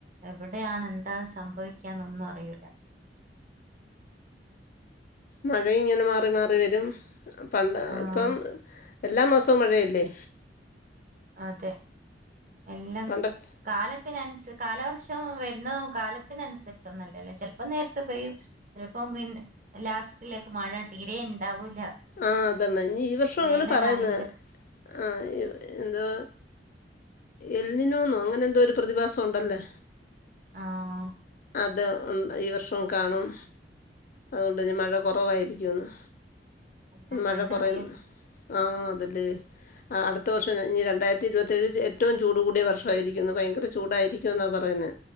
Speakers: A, on the right (about 50°); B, on the left (about 50°).
A: എവിടെയാണ് എന് എന്താണ് സംഭവി ക്കാനൊന്നും അറിയൂല്ല
B: മഴ ഇങ്ങനെ മാറി മാറി വരും പണ്ട്
A: ആഹ്
B: ഇപ്പം എല്ലാ മാസവും മഴയല്ലേ?
A: അതെ എല്ലാം
B: പണ്ടൊക്കെ
A: കാലം ത്തിന് അനുസ് കാലവർഷം വരുന്നത് കാലത്തിന് അനുസരിച്ചൊന്നും അല്ലല്ലോ ചിലപ്പോ നേരത്ത് പെയ്യും ചിലപ്പോം പിന്നെ ലാസ്റ്റിലേക്ക് മഴ തീരേ ണ്ടാവും.
B: ആഹ് അതന്നെ ഇനി ഈ വർഷം
A: വേനലാണെങ്കില്
B: അങ്ങനെ പറയുന്ന ആഹ് എന്തോ എല്ലിനോന്നു അങ്ങനെ എന്തോ ഒരു പ്രതിഭാസം ഉണ്ടല്ലോ.
A: ആഹ്.
B: അത് ഈ വർഷവും കാണും അതുകൊണ്ട തന്നെ മഴ കുറവായിരിക്കുമെന്ന്
A: എല്ലാം
B: മഴ
A: കണ്ടറിയാം
B: കുറേ ആ അതല്ലേ അടുത്ത വർഷം ഇനി രണ്ടായിരത്തി ഇരുപത്തേഴ് ഏറ്റവും ചൂട് കൂടിയ വർഷമായിരിക്കുന്നു ഭയങ്കര ചൂടായിരിക്കുമെന്നാണ് പറയുന്നേ